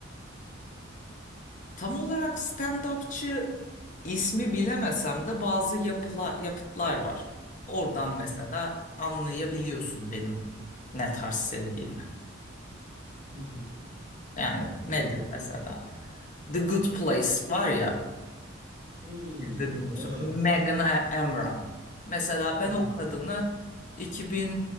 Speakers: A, on the left (about 40°); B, on the right (about 25°).
A: Tam olarak stand-upçı ismi bilemesem de bazı yapılar, yapıtlar var. Oradan
B: Mhm,
A: mesela anlayabiliyorsun benim ne tarz sevdiğimi.
B: mhm.
A: Yani nedir
B: Ne-
A: mesela?
B: ne-
A: The Good Place var ya
B: Hmm,
A: izlediniz
B: evet.
A: mi? bilmiyorum. Megan A- Amram. Mesela
B: Mhm,
A: ben o kadını iki bin